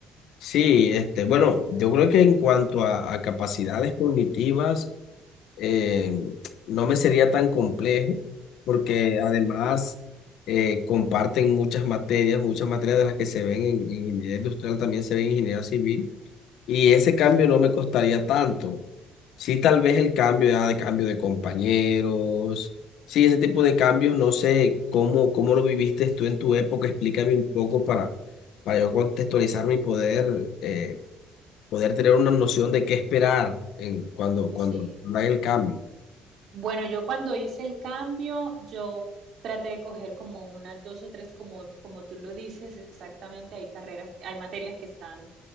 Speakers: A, on the left; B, on the right.
A: Sí, este, bueno, yo creo que en cuanto a, a capacidades cognitivas, eh, no me sería tan complejo, porque además eh, comparten muchas materias, muchas materias de las que se ven en, en ingeniería industrial también se ven en ingeniería civil. Y ese cambio no me costaría tanto. Sí, tal vez el cambio ya de cambio de compañeros. Sí, ese tipo de cambios, no sé cómo, cómo lo viviste tú en tu época. Explícame un poco para, para yo contextualizarme y poder, eh, poder tener una noción de qué esperar en, cuando, cuando
B: Sí.
A: haga el cambio.
B: Bueno, yo cuando hice el cambio, yo traté de coger como unas dos o tres, como, como tú lo dices exactamente, hay carreras, hay materias que están